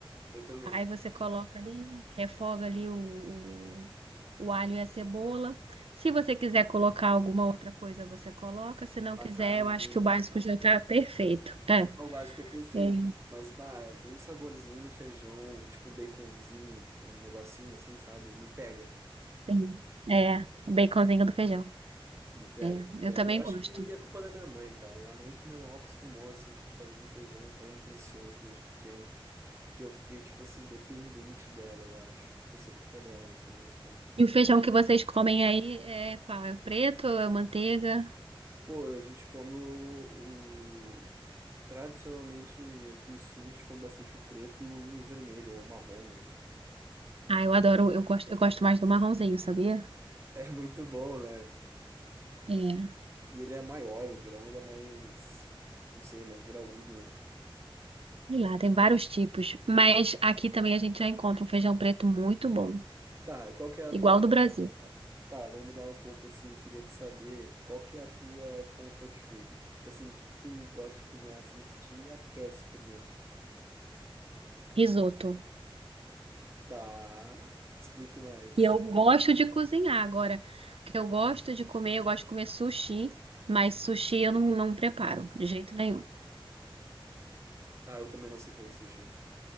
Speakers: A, on the right; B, on the right.
A: eu também.
B: Aí você coloca ali, refoga ali o, o, o alho e a cebola. Se você quiser colocar alguma outra coisa, você coloca. Se não
A: A
B: quiser,
A: carne,
B: eu acho
A: né?
B: que o básico já tá perfeito. É,
A: É, O básico é perfeito,
B: é,
A: mas bah, um saborzinho no feijão, tipo um baconzinho, um negocinho assim, sabe? Me pega,
B: sim. é, o baconzinho do feijão.
A: me pega,
B: É,
A: me pega.
B: eu também
A: Eu acho
B: gosto.
A: que é culpa da minha mãe, cara. Minha mãe que me mal acostumou, assim, tipo, fazendo um feijão tão delicioso desde pequeno, que eu fiquei, tipo assim, dependente dela, eu acho. Isso é culpa dela, no final das contas.
B: E o feijão que vocês comem aí é qual? É o preto ou é manteiga?
A: Pô, a gente come o, o- Tradicionalmente, aqui no sul, a gente come bastante o preto e o, e o vermelho, ou o marrom, né?
B: Ah, eu adoro, eu gosto, eu gosto mais do marronzinho, sabia?
A: É muito bom, né?
B: É,
A: E ele é maior, o grão ele é mais. Não sei, mais graúdo, né?
B: e lá tem vários tipos, mas aqui também a gente já encontra um feijão preto muito bom,
A: Tá, e qual que é a
B: igual
A: tua.
B: do Brasil.
A: Tá, vamos mudar um pouco assim. Queria te saber qual que é a tua comfort food. Tipo assim, o que que tu gosta de cozinhar assim que te aquece por dentro?
B: Risoto.
A: Tá, explique mais.
B: E eu gosto de cozinhar agora. O que eu gosto de comer, eu gosto de comer sushi, mas sushi eu não, não preparo de jeito nenhum.
A: Ah, eu também não sei fazer sushi.